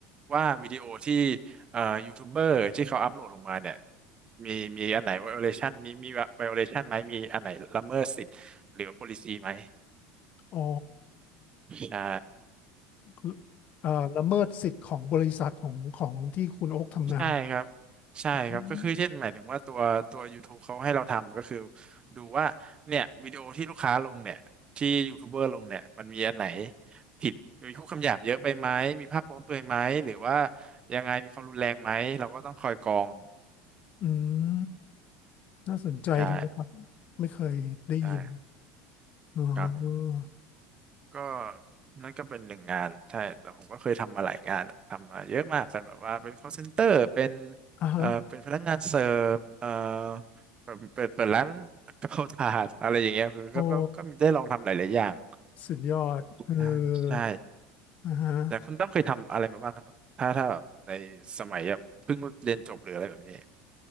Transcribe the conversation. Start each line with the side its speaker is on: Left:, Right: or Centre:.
Right: ว่าวิดีโอที่เอ่อยูทูบเบอร์ที่เขาอัพโหลดลงมาเนี่ยมีมีอันไหน violation มีมี violation ไหมมีอันไหนละเมิดสิทธิ์หรือ policy ไหม
Left: อ๋อ
Right: ใช่
Left: คืออ่าละเมิดสิทธิ์ของบริษัทของของที่คุณโอ๊คทำงาน
Right: ใช่ครับใช่ครับก็คือเช่นหมายถึงว่าตัวตัว
Left: อืม
Right: YouTube เขาให้เราทำก็คือดูว่าเนี่ยวิดีโอที่ลูกค้าลงเนี่ยที่ยูทูบเบอร์ลงเนี่ยมันมีอันไหนผิดมีพูดคำหยาบเยอะไปไหมมีภาพโป๊เปลือยไหมหรือว่ายังไงมีความรุนแรงไหมเราก็ต้องคอยกรอง
Left: อืมน่าสนใจดีนะครับ
Right: ใช่
Left: ไม่เคยได้ยิน
Right: ใช่
Left: อ๋อ
Right: ครับผม ก็นั่นก็เป็นหนึ่งงานใช่แต่ผมก็เคยทำมาหลายงานทำมาเยอะมากกันแบบว่าเป็น call center เป็น
Left: อ่าฮะ
Right: เอ่อเป็นพนักงานเสิร์ฟเอ่อเปิดเปิดเปิดร้านกะเพราถาดอะไรอย่างเงี้ยคือก็ก็ก็ได้ลองทำหลายๆอย่าง
Left: โอ้สุดยอดเออ
Right: อ่าใช่
Left: อ่าฮะ
Right: แต่คุณต้องเคยทำอะไรมาบ้างครับถ้าถ้าแบบในสมัยแบบเพิ่งเรียนจบหรืออะไรแบบนี้